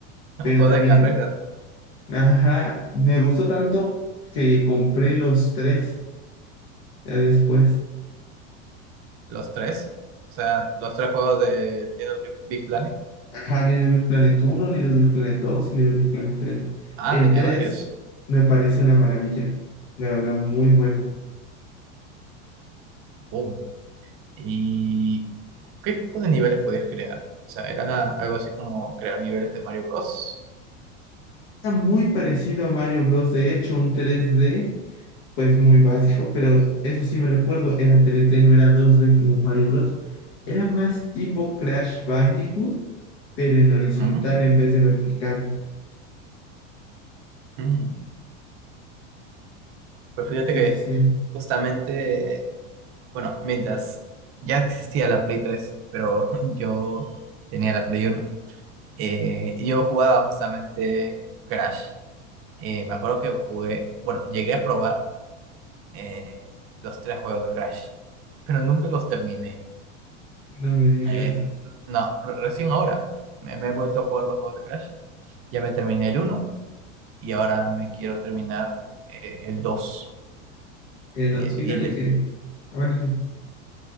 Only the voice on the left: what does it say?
Pero
también,
ajá, me gustó tanto que compré los tres ya después.
Ajá, Little Big Planet Uno, Little Big Planet 2 y Little Big Planet 3.
El
3
me parece una maravilla. La verdad, muy bueno.
Está muy parecido a Mario Bros. De hecho, un tres d pues muy básico, pero eso sí me recuerdo, era tres d no era dos d como Mario Bros. Era más tipo Crash Bandicoot, pero en horizontal
en vez de vertical.
Sí,
sí, sí.
No me digas.
El
2, Fíjate
que. ah, Bueno, sí,